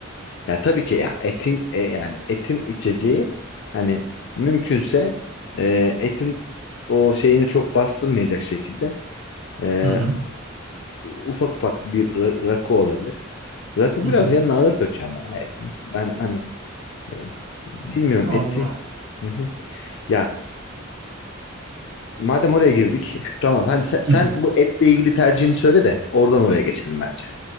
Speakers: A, on the left (about 60°); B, on the right (about 70°).
A: ya tabii ki ya etin e, yani etin içeceği hani mümkünse e, etin o şeyini çok bastırmayacak şekilde e,
B: Hı hı.
A: ufak ufak bir ra- rakı olabilir. Rakı
B: Hı
A: biraz
B: hı.
A: yanına ağır kaçıyor ama ya etin. Ben hani e, bilmiyorum eti.
B: Allah.
A: Hı hı. Ya Madem oraya girdik, <laughs> tamam. Hani sen, sen
B: Hı hı.
A: bu etle ilgili tercihini söyle de oradan oraya geçelim bence.